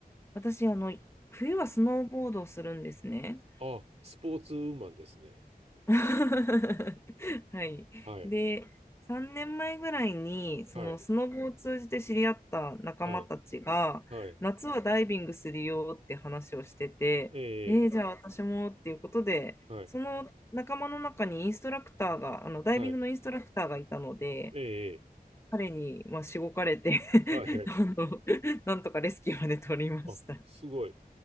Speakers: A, on the left; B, on the right.
A: 私、あの、冬はスノーボードをするんですね。
B: あ、スポーツウーマンですね。
A: <laughs> はい。
B: はい、
A: で、3年前ぐらいに、そのスノボを通じて知り合った仲間たちが、
B: はい、はい、はい。
A: 夏はダイビングするよって話をしてて、
B: ええ、
A: えー、じゃあ私もっていうことで、
B: はい、
A: その仲間の中にインストラクターが、あのダイビングのインストラクターがいたので、
B: はい、ええ、
A: 彼に、まあ、しごかれて <laughs>
B: はい。
A: あの、なんとかレスキューまで取りました。
B: あ、すごい。